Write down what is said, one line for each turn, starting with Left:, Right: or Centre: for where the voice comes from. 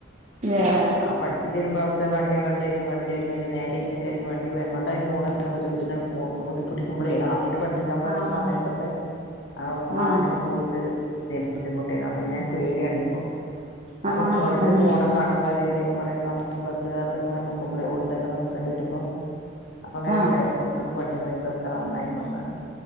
Left: അപ്പൊ
Right: ഏഹ്
Left: ആ പഠി പ്പിച്ച് തരുമ്പം അവ്ടുത്തെ വണ്ടി അങ്ങട്ട് ചെരിഞ്ഞു ഇങ്ങട്ട് ചെരിഞ്ഞു അല്ലെങ്കി നേരെ ഇര് ക്ക് അല്ലെങ്കി വണ്ടി എങ്ങോട്ടായി പോണത് ന്നൊക്കെ ചോയിച്ചിട്ട് ആണ്ട് പോ പു പുടിക്കുമ്പളേ ആദ്യായിട്ട് പഠ് പ്പിക്കാൻ പോയപ്പ
Right: ആഹ്
Left: സമയത്തൊക്കെ ആണ്ടൊന്നായിട്ടാണ്ട്
Right: ആഹ്
Left: പോയിട്ട് ഇതേന്നു. ബുദ്ധിമുട്ടേന്നു. അപ്പ പിന്നെ പേടിയാണ് ഇപ്പം. ഇന്നാലും
Right: ആഹ്
Left: ഓരോരുത്തര്
Right: അതന്നെ
Left: പോണ കാണുമ്പളോ അല്ലെ ഒര് കൊറേ സമ യം ബസ് കാത്ത് ഇങ്ങനെ നിക്കുമ്പളെ റോഡ് സൈഡിലൊക്കെ നി വരുമ്പം. അപ്പൊ ഇങ്ങനെ
Right: ആഹ്
Left: വിചാരിക്കും ഒന്ന് പഠിച്ച്ക്ണെങ്കി ഇപ്പ എത്ര നന്നായിന്നൂന്ന്.